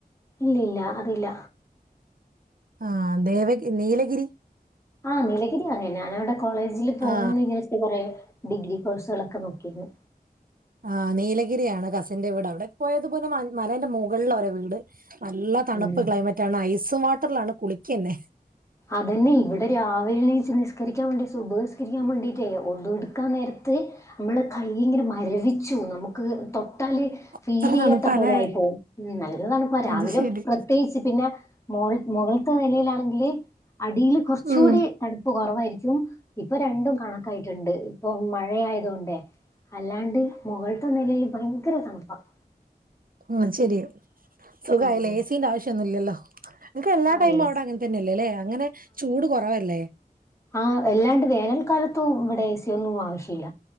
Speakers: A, on the left; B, on the right.
A: ഇല്ലല്ല അതില്ല
B: ആ ദേവഗി നീലഗിരി
A: ആ നീലഗിരി അറിയ ഞാനവിടെ കോളേജിൽ പോകണംന്ന്
B: ആ
A: വിചാരിച്ച കൊറെേ ഡിഗ്രി കോഴ്സുകളൊക്കെ നോക്കിരുന്നു.
B: ആ നീലഗിരിയാണ് കസിന്റെ വീട് അവിടെ പോയതുപോലെ മ മലന്റെ മുകളില ഒരെ വീട്. നല്ല തണുപ്പ്
A: ഉം
B: ക്ലൈമറ്റ ആണ് ഐസും വാട്ടറിലാണ് കുളിക്കന്നെ
A: അതന്നെ ഇവിടെ രാവിലെ എച്ച് നിസ്കരിക്കാൻ വേണ്ടിട്ട് സുപയി നിസ്കരിക്കാൻ വേണ്ടിട്ടേ ഒതെടുക്കാൻ നേരത്ത് നമ്മളൊ കൈമരവിച്ചു നമുക്ക് തൊട്ടാൽ ഫീൽ
B: ഇത്ര
A: ചെയ്യാത്ത
B: തണുപ്പാല്ലേ
A: പോലെ ആയിപ്പോ ഉ നല്ലതണുപ്പ രാവിലെ
B: അത് ശരി
A: പ്ര പ്രത്യേച്ച് പിന്നെ മൾ മുകൾത്തെ നിലയിലാണെങ്കില്. അടിൽ കുറച്ചുകൂടി
B: ഉം
A: തണുപ്പ് കുറവായിരിക്കും. ഇപ്പ രണ്ടും കണക്കായിട്ടുണ്ട് ഇപ്പൊ മഴയത് കൊണ്ടേ അല്ലാണ്ട്. മുകളൾത്തെ നിലയിൽ ഭയങ്കര തണുപ്പാണ്.
B: ഉ ശരിയ സുഖായല്ലേ
A: ഉം
B: എഏ സീന്റെ ആവശ്യംഒന്നുംല്ലല്ലോ. നിമക്ക് എല്ലാ
A: ആ
B: ടൈും
A: എ
B: അവിടെ
A: സി
B: അങ്ങനെ തന്നെയല്ലേ അല്ലേ അങ്ങനെ ചൂട് കുറവല്ലേ
A: ആ എല്ലാണ്ട് വേനൽക്കാലത്തും ഇവിടെ എ സിയ ഒന്നും ആവശ്യമില്ല.